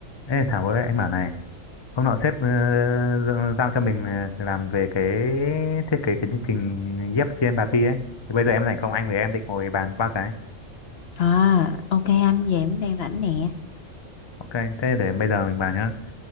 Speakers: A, on the left; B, on the left.
A: Ê Thảo ơi anh bảo này hôm nọ sếp ờ, gi- giao cho mình ờ, làm về cái thiết kế cái chương trình ghép trên bà Ti ấy thì bây giờ em rảnh không anh với em định ngồi bàn qua cái
B: À, ok anh, vậy em cũng đang rảnh nè.
A: ok thế để bây giờ mình bàn nhá